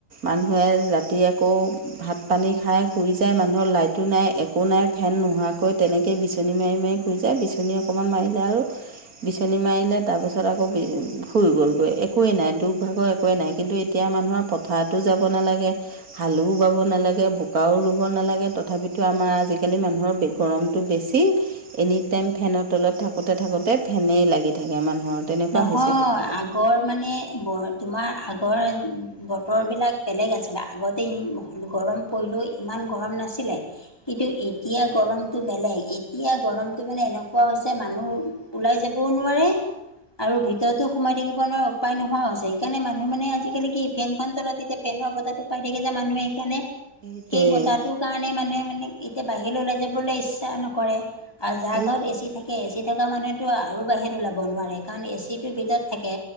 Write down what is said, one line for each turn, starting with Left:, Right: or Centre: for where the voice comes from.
Right: মানুহে জাতি আকৌ ভাত পানী খাই শুই যায় মানুহৰ লাইটো নাই একো নাই ফেন নোহোৱাকৈ তেনেকৈেই বিচনী মাৰি মাৰি শুই যায় বিচনী অকণমান মাৰিলে আৰু বিচনী মাৰিলে তাৰপিছত আকৌ শুই গ'লগৈ একোৱেই নাই দুখ ভাগৰ একোৱেই নাই। কিন্তু এতিয়া মানুহৰ পথাৰতো যাব নালাগে। হালুও বাব নালাগে বোকাও ৰুব নালাগে তথাপিতো আমাৰ আজিকালি মানুহৰ বে গৰমটো বেছি এনি টাইম ফেনৰ তলত থাকোতে থাকোতে ফেনেই লাগি থাকে মানুহৰ। তেনেকোৱা
Left: নহয়
Right: হৈছে কথাবিলাক।
Left: আগৰ মানে ব তোমাৰ আগৰ বতৰবিলাক বেলেগ আছিলে আগতে গৰম পৰিলেও ইমান গৰম নাছিলে, কিন্তু ই এতিয়া গৰমটো বেলেগ এতিয়া গৰমটো মানে এনেকোৱা হৈছে মানুহ ওলাই যাবও নোৱাৰে আৰু ভিতৰতো সোমাই থাকিব নোৱাৰা উপায় নোহোৱা হৈছে সেইকাৰণে মানুহ মানে আজিকালি কি ফেনখন তলাতে তেতিয়া ফেনৰ বজাৰটো পাই থাকে যে মানুহে এইকাৰণে
Right: সেইটোৱে
Left: সেই বতাহটোৰ কাৰণে মানে মানে এতিয়া বাহিৰলৈ ওলাই যাবলৈ ইচ্ছা নকৰে। আৰু যা
Right: সেইটো
Left: ঘৰত এচি থাকে, এচি থকা মানুহেতো আৰু বাহিৰত ওলাব নোৱাৰে, কাৰণ এচি এচিটো ভিতৰত থাকে,